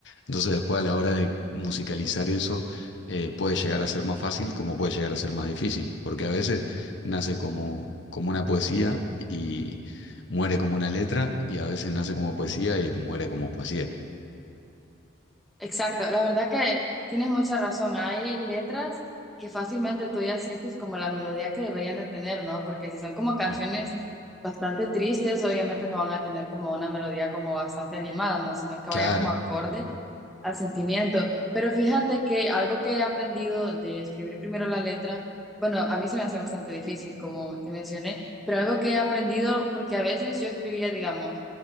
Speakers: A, on the left (about 65°); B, in the centre.
A: Entonces después a la hora de musicalizar eso eh, puede llegar a ser más fácil como puede llegar a ser más difícil, porque a veces nace como, como una poesía y muere como una letra y a veces nace como poesía y muere como poesía.
B: Exacto, la verdad que tienes mucha razón. Hay letras que fácilmente tú ya sientes como la melodía que deberían de tener, ¿no? Porque si son como canciones
A: Mm.
B: bastante tristes, obviamente no van a tener como una melodía como bastante animada, ¿no? Sino que
A: Claro,
B: vaya como acorde al sentimiento. Pero fíjate que algo que he aprendido de escribir primero la letra, bueno, a mí se me hace bastante difícil, como te mencioné, pero algo que he aprendido, porque a veces yo escribía, digamos,